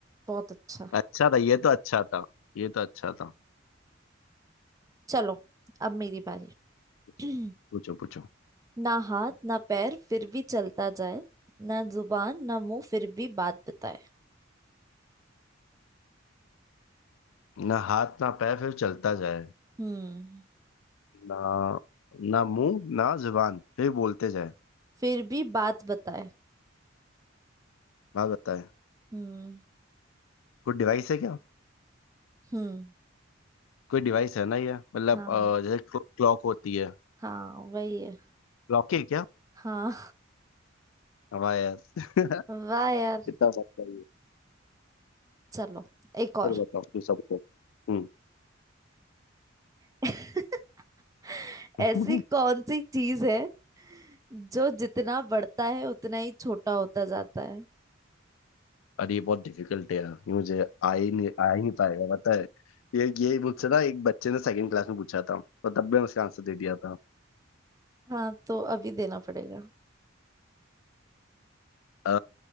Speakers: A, on the right; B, on the left.
A: बहुत अच्छा
B: अच्छा था ये तो अच्छा था ये तो अच्छा था
A: चलो अब मेरी बारी
B: पूछो
A: <clears throat>
B: पूछो पूछो।
A: ना हाथ ना पैर फिर भी चलता जाए ना जुबान ना मुंह फिर भी बात बताए
B: ना हाथ ना पैर फिर चलता जाए
A: हम्म
B: ना ना मुंह ना जुबान फिर बोलते जाए
A: फिर भी बात बताए
B: बात बताएं
A: हम्म
B: कोई डिवाइस है क्या
A: हम्म
B: कोई डिवाइस है ना ये मतलब
A: हाँ
B: अ, जैसे क्लॉक होती है
A: हाँ वही है
B: क्लॉक है क्या
A: हाँ
B: हमारे यार <laughs>
A: वाह यार
B: कितना बात करिए
A: चलो
B: <laughs>
A: एक और
B: चलो बताओ दूसरा बताओ हम्म
A: <laughs>
B: <laughs>
A: ऐसी कौन सी चीज है जो जितना बढ़ता है उतना ही छोटा होता जाता है
B: अरे ये बहुत डिफिकल्ट है यार ये मुझे आ ही नहीं आ ही नहीं पाएगा पता है ये ये मुझसे ना एक बच्चे ने सेकंड क्लास में पूछा था और तब मैंने उसका आंसर दे दिया था
A: हाँ तो अभी देना पड़ेगा
B: अ,